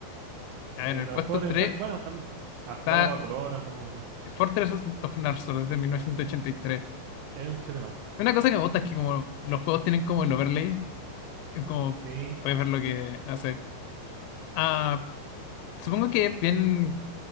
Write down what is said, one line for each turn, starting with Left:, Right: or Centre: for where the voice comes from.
Left: A ver,
Right: De
Left: en el
Right: los
Left: puesto
Right: juegos deben
Left: 3
Right: ser buenos también. A todo,
Left: está
Right: a color, como.
Left: Fortress of Narsos desde mil novecientos ochenta y tres
Right: Es un shoot 'em up.
Left: Una cosa que me gusta es que como los juegos tienen como el overlay, es como
Right: Sí.
Left: puedes ver lo que hace. Ah, supongo que es bien...